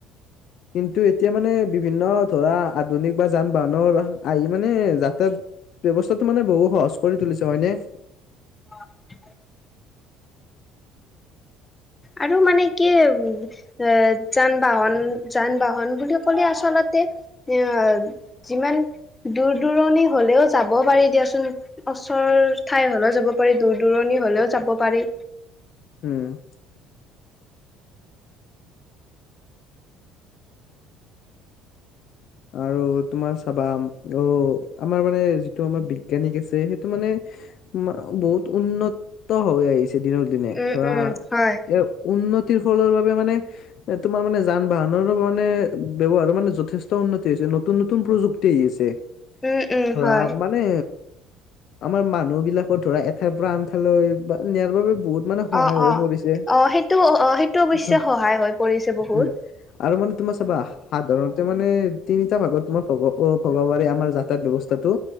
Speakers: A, on the left (about 60°); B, on the left (about 20°).
A: কিন্তু এতিয়া মানে বিভিন্ন ধৰা আধুনিক বা যান বাহনৰ আহি মানে যাতায়ত, ব্যৱস্থাটো মানে বহু সহজ কৰি তুলিছে হয়নে।
B: হয়। <inaudible> আৰু মানে কি এ যান বাহন যান বাহন বুলি ক'লে আচলতে এ যিমান। দূৰ দূৰণি হলেও যাব পাৰি দিয়াচোন। অচৰ ঠাই হলেও যাব পাৰি দূৰ দূৰণি হলেও যাব পাৰি।
A: উম, আৰু তোমাৰ চাবা অ আমাৰ মানে যিটো আমাৰ বিজ্ঞানিক আছে সেইটো মানে। মা বহুত উন্নত হৈ আহিছে দিনক দিনে
B: উম
A: ধৰা।
B: উম হয়।
A: ইয়াৰ উন্নতিৰ ফলৰ বাবে মানে তোমাৰ মানে যান বাহনৰো মানে ব্যৱহাৰো মানে যথেছ। ট উন্নতি হৈছে নতুন নতুন প্ৰযুক্তিছে
B: উম উম
A: ধৰা
B: হয়
A: মানে। আমাৰ মানুহ বিলাকো ধৰা এঠাইৰ পৰা আনঠাইলৈ বা নিয়াৰ বাবে। বহুত মানে সহায়
B: অ
A: হৈ
B: অ
A: পৰিছে
B: অ সেইটো অ সেইটো অৱশ্যে
A: ত'
B: সহায় হৈ পৰিছে বহুত।
A: উম আৰু মানে তোমাৰ চাবা সাধাৰণতে মানে তিনিটা ভাগত তোমাৰ ভগ অ ভগবাৰে আমাৰ যাতায়াত ব্যৱস্থাটো